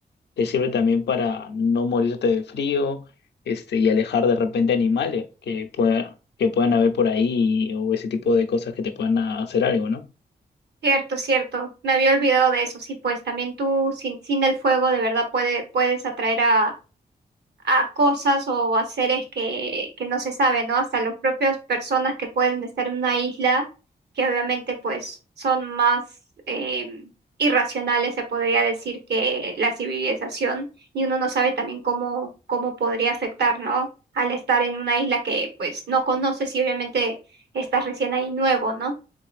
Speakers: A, on the left (about 80°); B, on the right (about 75°).
A: te sirve también para no morirte de frío, este, y alejar de repente animales que pueda, que puedan haber por ahí o ese tipo de cosas que te puedan hacer algo, ¿no?
B: Cierto, cierto. Me había olvidado de eso. Sí, pues también tú sin, sin el fuego de verdad puede, puedes atraer a, a cosas o a seres que, que no se sabe, ¿no? Hasta las propias personas que pueden estar en una isla, que obviamente pues son más eh, irracionales, se podría decir, que la civilización, y uno no sabe también cómo, cómo podría afectar, ¿no? Al estar en una isla que pues no conoces y obviamente estás recién ahí nuevo, ¿no?